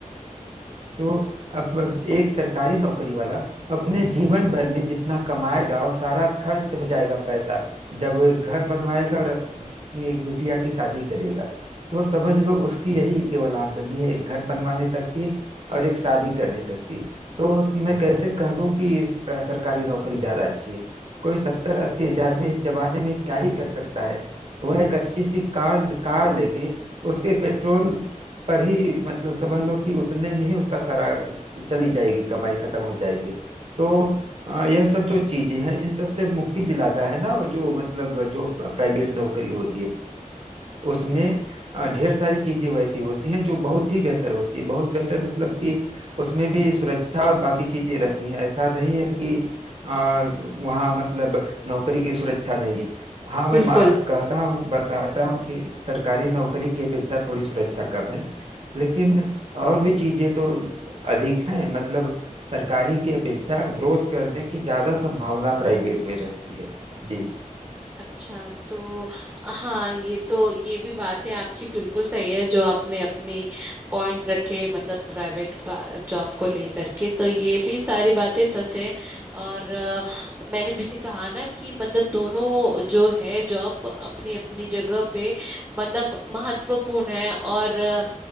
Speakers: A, on the right; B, on the right.
A: तो अब एक सरकारी नौकरी वाला अपने जीवन भर में जितना कमाएगा वो सारा खर्च हो जाएगा पैसा जब वो एक घर बनवाएगा और अपनी एक बिटिया की शादी करेगा तो वो समझ लो उसकी यही केवल आमदनी है एक घर बनवाने तक की और एक शादी करने तक की तो मैं कैसे कह दूं कि इस प्र- सरकारी नौकरी ज्यादा अच्छी है कोई सत्तर अस्सी हजार में इस जमाने में क्या ही कर सकता है वह एक अच्छी सी कार कार लेके उसके पेट्रोल पर ही मतलब समझ लो कि उतने में ही उसका सारा चली जाएगी कमाई खत्म हो जाएगी तो अ, यह सब जो चीजें हैं इन सब से मुक्ति दिलाता है ना वो जो मतलब जो प्राइवेट नौकरी होती है उसमें अ, ढेर सारी चीजें वैसी होती हैं जो बहुत ही बेहतर होती है बहुत बेहतर मतलब कि उसमें भी सुरक्षा और बाकी चीजें रहती हैं ऐसा नहीं है कि आ, वहाँ मतलब नौकरी की सुरक्षा नहीं है हाँ मैं
B: बिल्कुल
A: मा- कहता हूँ बताता हूँ कि सरकारी नौकरी की अपेक्षा थोड़ी सुरक्षा कम है लेकिन और भी चीजें तो अधिक हैं मतलब सरकारी की अपेक्षा ग्रोथ करने की ज्यादा संभावना प्राइवेट में रहती है जी
B: अच्छा तो हाँ ये तो ये भी बात है आपकी बिल्कुल सही है जो आपने अपनी पॉइंट रखे मतलब प्राइवेट जॉब को लेकर के तो ये भी सारी बातें सच है और अ, मैंने जैसे कहा ना कि मतलब दोनों जो है जॉब अपनी अपनी जगह पे मतलब महत्वपूर्ण है और अ,